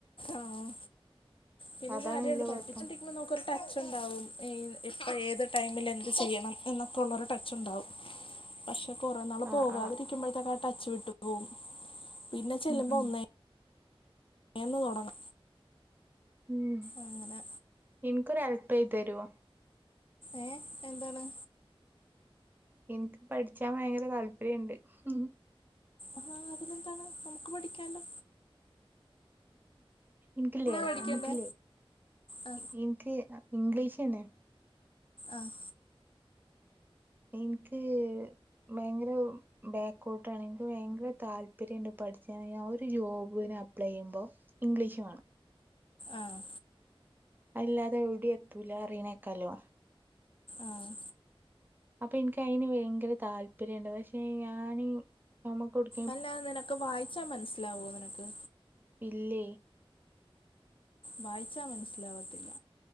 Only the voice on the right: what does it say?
അതാണ്
വല്യ
കൊഴപ്പം
ആഹ് ആഹ്
ഉം ഉം
ഉം
ഇൻക്കൊരെൽപെയ്തെരോ
ഇൻക്ക് പഠ്ച്ചാം വയങ്കര താല്പര്യണ്ട് ഉം ഉം
ൻക്ക്ല്ലേ
ഞമ്മക്ക്ല്ലേ
ഇ ഇൻക്ക് അ ഇംഗ്ലീഷെന്നെ
ഇൻക്ക് ബെയ്ങ്കെരം ബേക്കോട്ട് ആണ് ൻക്ക് ഭയങ്കര താല്പര്യംണ്ട് പഠിച്ണെങ്കി ആഹ് ഒര് ജോബ്ന് അപ്ലൈയ്യുമ്പോ ഇംഗ്ലീഷ് മാണം
അത്‌ല്ലാതെ എവ്ടീം ത്തൂലാന്നറീണേക്കല്ലൊ
അപ്പൊ ഇൻക്ക് അയ്ന് വെയ്ങ്കെരെ താല്പര്യണ്ട് പക്ഷേ ഞാന് ഞമ്മകൊട്
ഇല്ലേ